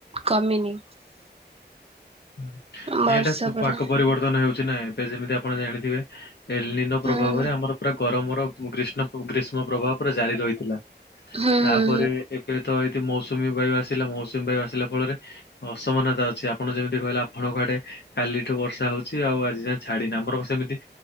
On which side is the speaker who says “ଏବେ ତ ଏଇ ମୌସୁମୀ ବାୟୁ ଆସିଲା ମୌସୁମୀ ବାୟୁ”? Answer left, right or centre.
Left